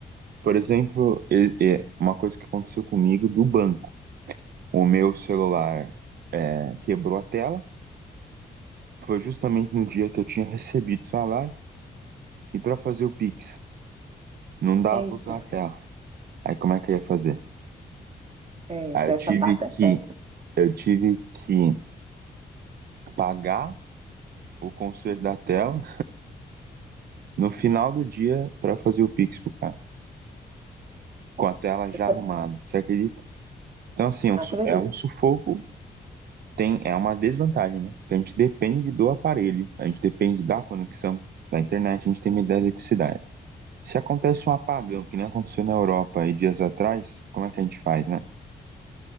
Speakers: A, on the right; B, on the right.
A: por exemplo, é é uma coisa que aconteceu comigo do banco. O meu celular é, quebrou a tela. Foi justamente no dia que eu tinha recebido o salário. E para fazer o Pix, não dá
B: eita,
A: para usar a tela. Aí como é que eu ia fazer?
B: é,
A: Aí
B: tem
A: eu
B: essa
A: tive
B: parte é
A: que,
B: péssima.
A: eu tive que pagar o conserto da tela no final do dia para fazer o Pix pro cara, com a tela já
B: Essa,
A: arrumada. Você acredita? Então assim, é
B: acredito.
A: um é um sufoco, tem, é uma desvantagem, né? Porque a gente depende do aparelho, a gente depende da conexão da internet, a gente tem medo da eletricidade. Se acontece um apagão, que nem aconteceu na Europa aí dias atrás, como é que a gente faz, né?